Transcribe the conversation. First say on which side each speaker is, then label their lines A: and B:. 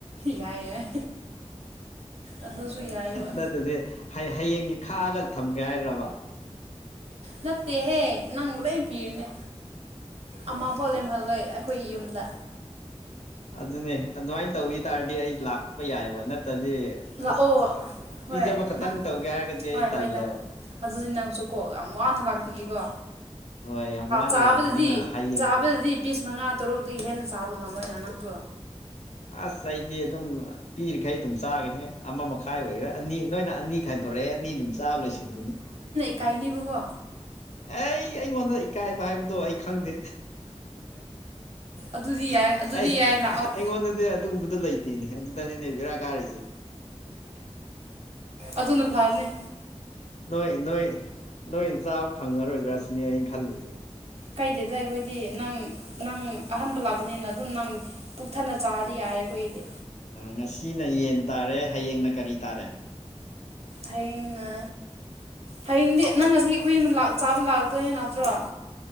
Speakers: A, on the right; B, on the left.
A: ꯌꯥꯏ ꯌꯥꯏ ꯑꯗꯨꯁꯨ ꯌꯥꯏꯕ
B: ꯅꯠꯇꯗꯤ ꯍꯌꯦꯡꯒꯤ ꯈꯥꯛꯑꯒ ꯊꯝꯒꯦ ꯍꯥꯏꯔꯕ
A: ꯅꯠꯇꯦꯍꯦ ꯅꯪ ꯂꯩꯅ ꯄꯤꯔꯅꯦ ꯑꯃ ꯐꯥꯎ ꯂꯦꯝꯍꯜꯂꯣꯏ ꯑꯩꯈꯣꯏꯒꯤ ꯌꯨꯝꯗ
B: ꯑꯗꯨꯅꯦ ꯑꯗꯨꯃꯥꯏꯅ ꯇꯧꯋꯤ ꯇꯥꯔꯗꯤ ꯑꯩ ꯂꯥꯛꯄ ꯌꯥꯏꯕ ꯅꯠꯇꯦ ꯅꯇꯗꯤ
A: ꯂꯥꯛꯑꯣ
B: ꯑꯁ ꯄꯤꯖꯕ
A: ꯍꯣꯏ
B: ꯈꯛꯇꯪ
A: ꯅꯪ
B: ꯇꯧꯒꯦ ꯍꯥꯏꯔꯒꯗꯤ
A: ꯍꯣꯏ
B: ꯑꯩ ꯇꯜꯂꯦꯕ
A: ꯍꯣꯏꯗ ꯑꯗꯨꯗꯤ ꯅꯪꯁꯨ ꯀꯣ ꯌꯥꯝ ꯋꯥꯅ ꯂꯥꯛꯄꯤꯒꯀꯣ
B: ꯍꯣꯏ ꯌꯥꯝ ꯋꯥꯅ
A: ꯆꯥꯕꯗꯗꯤ
B: ꯂꯥꯛꯄꯅꯤꯅ ꯍꯌꯦꯡ
A: ꯆꯥꯕꯗꯗꯤ ꯄꯤꯁ ꯃꯉꯥ ꯇꯔꯨꯛꯇ ꯍꯦꯟꯅ ꯆꯥꯕ ꯉꯝꯃꯣꯏꯅ ꯅꯪꯁꯨ
B: ꯑꯁ ꯑꯩꯗꯤ ꯑꯗꯨꯝ ꯄꯤꯔꯤꯈꯩ ꯑꯗꯨꯝ ꯆꯥꯈꯤꯅꯤ ꯑꯃ ꯃꯈꯥꯏ ꯑꯣꯏꯒꯦꯔꯥ ꯑꯅꯤ ꯅꯣꯏꯅ ꯑꯅꯤ ꯈꯥꯏꯗꯣꯔꯦ ꯑꯅꯤ ꯑꯗꯨꯝ ꯆꯥ ꯂꯣꯏꯁꯤꯟꯈꯤꯅꯤ
A: ꯀꯥꯏꯅꯤꯕ ꯀꯣ
B: ꯑꯩ ꯑꯩꯉꯣꯟꯗ ꯏꯀꯥꯏꯕ ꯍꯥꯏꯕꯗꯣ ꯑꯩ ꯈꯪꯗꯦ
A: ꯑꯗꯨꯗꯤ ꯌꯥꯏ ꯑꯗꯨꯗꯤ
B: ꯑꯩ
A: ꯌꯥꯏ ꯂꯥꯛꯑꯣ
B: ꯑꯩꯉꯣꯟꯗꯗꯤ ꯑꯗꯨꯒꯨꯝꯕꯗꯨꯣ ꯂꯩꯇꯦꯅꯦ ꯑꯗꯨꯗꯅꯤꯅꯦ ꯕꯦꯔꯥ ꯀꯥꯔꯤꯁꯦ
A: ꯑꯗꯨꯅ ꯐꯥꯕꯅꯦ
B: ꯅꯣꯏ ꯅꯣꯏ ꯅꯣꯏ ꯆꯥꯕ ꯐꯪꯉꯔꯣꯏꯗ꯭ꯔꯥ ꯁꯤꯅꯦ ꯑꯩꯅ ꯈꯜꯂꯤꯁꯦ
A: ꯀꯩꯗꯗ ꯑꯩꯈꯣꯏꯗꯤ ꯅꯪ ꯅꯪ ꯑꯍꯟꯕ ꯂꯥꯛꯄꯅꯤꯅ ꯑꯗꯨꯝ ꯅꯪ ꯄꯨꯛꯊꯅ ꯆꯥꯔꯗꯤ ꯌꯥꯔꯦ ꯑꯦꯍꯗꯤ
B: ꯉꯁꯤꯅ ꯌꯦꯟ ꯇꯥꯔꯦ ꯍꯌꯦꯡꯅ ꯀꯔꯤ ꯇꯥꯔꯦ
A: ꯍꯌꯦꯡꯅ ꯍꯌꯦꯡꯗꯤ ꯅꯪ ꯉꯁꯤ ꯑꯩꯈꯣꯏ ꯑꯃ ꯆꯥꯕ ꯂꯥꯛꯇꯣꯏꯅꯦ ꯅꯠꯇ꯭ꯔꯣ